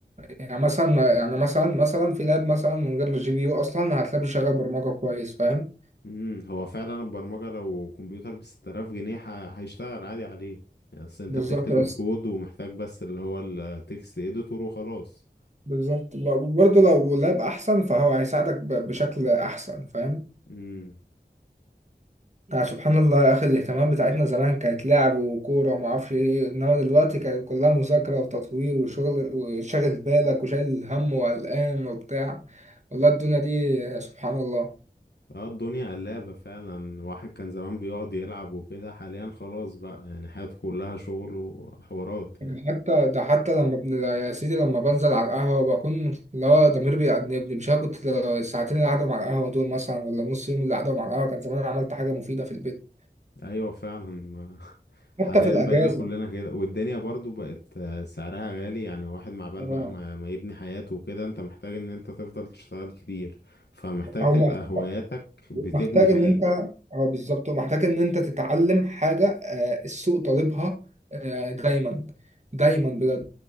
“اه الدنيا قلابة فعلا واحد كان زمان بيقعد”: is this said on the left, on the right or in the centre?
Left